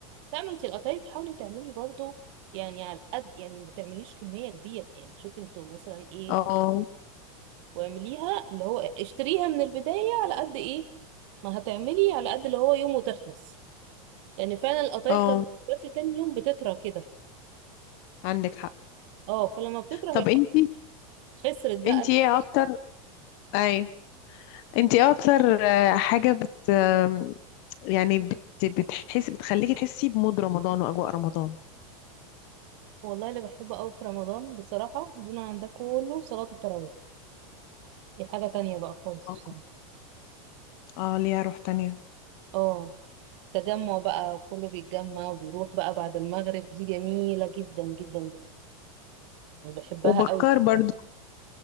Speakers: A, on the right; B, on the left.
A: لا ما انت القطايف حاولي تعملي برضو يعني على قد يعني ما تعمليش كميه كبيره يعني شوفي انتوا مثلا ايه
B: اه
A: واعمليها اللي هو اشتريها من البدايه على قد ايه ما هتعملي على قد اللي هو يوم وتخلص لان فعلا القطايف
B: اه
A: لما بتبات لي تاني يوم بتطرى كده
B: عندك حق
A: اه فلما بتطرى
B: طب
A: هي خلاص
B: انتي
A: خسرت بقى
B: انتي ايه اكتر اي انتي ايه اكتر آه، حاجه بت آم، يعني بت بتحس بتخليكي تحسي بمود رمضان واجواء رمضان
A: والله اللي بحبه قوي في رمضان بصراحة دون عن ده كله صلاة التراويح دي حاجة تانية بقى خالص
B: اه
A: بصراحة.
B: آه، ليها روح تانية
A: اه تجمع بقى وكله بيتجمع وبيروح بقى بعد المغرب دي جميلة جدا جدا جدا أنا بحبها
B: وبكار
A: قوي
B: برضو